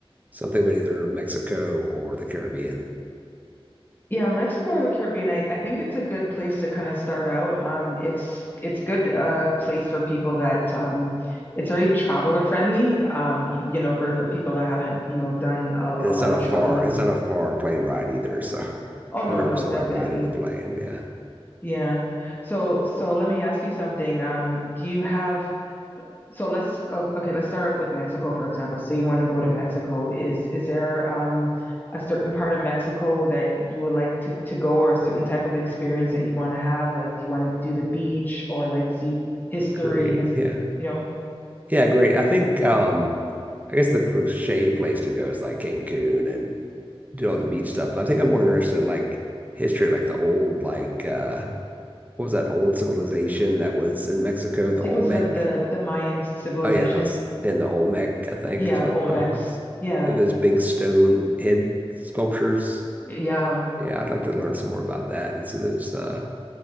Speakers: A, on the right; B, on the left.
A: Something about either Mexico or the Caribbean.
B: yeah, Mexico or the Caribbean, I, I think it's a good place to kind of start out. Um, it's it's good uh place for people that um it's very traveler friendly. Um, y- you know, for for people that haven't, you know, done a, a
A: And it's
B: lot
A: not
B: of
A: a
B: traveling.
A: far, it's not a far plane ride either, so
B: Oh no,
A: I'm nervous
B: no, definitely.
A: about riding the plane. Yeah,
B: Yeah. So so let me ask you something. Um, do you have So let's uh, okay, let's start with Mexico, for example. So you want to go to Mexico. Is is there um, a certain part of Mexico that you would like to, to go or a certain type of experience that you want to have? Like, do you want to do the beach or like see history?
A: great.
B: His,
A: Yeah.
B: you know,
A: Yeah, great. I think um I guess the cliche place to go is like Cancun and do all the beach stuff. But I think I'm more interested in like history, like the old like uh what was that old civilization that was in Mexico, the
B: I think
A: Olmec?
B: it was of the the Mayan civilization.
A: Oh yeah, and that's in the Olmec, I think
B: Yeah,
A: is another
B: the Olmecs.
A: one I was.
B: Yeah.
A: Yeah, those big stone head sculptures.
B: Yeah.
A: Yeah, I'd like to learn some more about that and see those uh